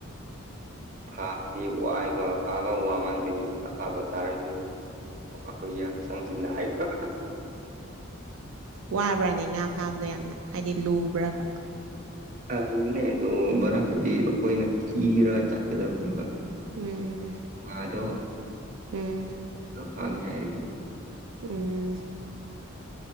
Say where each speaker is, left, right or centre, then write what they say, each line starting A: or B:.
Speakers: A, on the right; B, on the right.
A: ꯐꯥꯕꯗꯤ ꯋꯥꯏꯕ ꯐꯥꯕ ꯋꯥ ꯃꯥꯟꯕꯒꯤ ꯑꯐꯕ ꯆꯥꯔꯁꯨ ꯑꯣ ꯑꯩꯈꯣꯏꯒꯤ ꯍꯛꯆꯥꯡꯁꯤ ꯍꯥꯏꯕ
B: ꯋꯥꯕ꯭ꯔꯥꯅꯦ ꯉꯥ ꯐꯥꯕꯗ ꯌꯥꯝꯅ ꯍꯥꯏꯗꯤ ꯂꯨꯕ꯭ꯔꯕ
A: ꯑ ꯂꯨꯅꯦ ꯑꯗꯣ ꯃꯔꯛꯇꯗꯤ ꯑꯩꯈꯣꯏꯅ ꯊꯤꯔꯒ ꯆꯠꯀꯗꯕꯅꯦꯕ
B: ꯎꯝ ꯎꯝ ꯎꯝ
A: ꯃꯥꯗꯣ
B: ꯎꯝ
A: ꯐꯒꯦ ꯍꯥꯏꯔꯗꯤ
B: ꯎꯝ